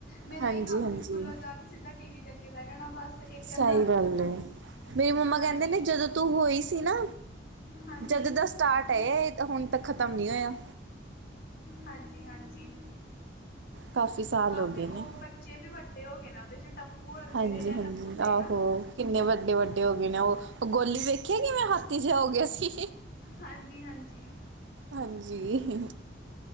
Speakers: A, on the left (about 55°); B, on the right (about 75°).
A: ਮੇਰਾ
B: ਹਾਂਜੀ
A: ਏ ਹੀ ਕੰਮ
B: ਹਾਂਜੀ
A: ਸੀ ਸਕੂਲੋਂ ਜਾ ਕੇ ਸਿੱਧਾ ਟੀ ਵੀ ਦੇ ਅੱਗੇ ਬਹਿ ਜਾਣਾ ਬਸ ਇੱਕ
B: ਸਹੀ
A: ਇਹ ਤਾਰਕ
B: ਗੱਲ
A: ਮਹਿਤਾ
B: ਏ, ਮੇਰੀ ਮੰਮਾ
A: ਹਾਂਜੀ
B: ਕਹਿੰਦੇ ਨੇ ਜਦੋਂ ਤੂੰ ਹੋਈ ਸੀ ਨਾ,
A: ਹਾਂਜੀ
B: ਜਦੋੰ ਦਾ ਸਟਾਰਟ ਹਾਏ ਇਹ ਤਾਂ ਹੁਣ ਤੱਕ ਖ਼ਤਮ ਨੀ ਹੋਇਆ।
A: ਹਾਂਜੀ-ਹਾਂਜੀ,
B: ਕਾਫੀ ਸਾਲ
A: ਕਾਫੀ
B: ਹੋ ਗਏ
A: ਉਹ
B: ਨੇ।
A: ਬ ਚੇ ਵੀ ਵੱਡੇ ਹੋ ਗਏ ਨਾ ਉਹਦੇ ਚ ਟੱਪੂ ਔਰ
B: ਹਾਂਜੀ-ਹਾਂਜੀ,
A: ਜਿਹੜੇ ਨਾ ਟੱਪੂ ਸੇਨਾ
B: ਆਹੋ ਕਿੰਨੇ ਵੱਡੇ-ਵੱਡੇ ਹੋ ਗਏ ਨਾ ਉਹ, ਉਹ ਗੋਲੀ ਵੇਖਿਆ ਕਿਵੇਂ ਹਾਥੀ ਜਿਹਾ ਹੋ ਗਿਆ ਸੀ
A: ਹਾਂਜੀ-ਹਾਂਜੀ
B: ਹਾਂਜੀ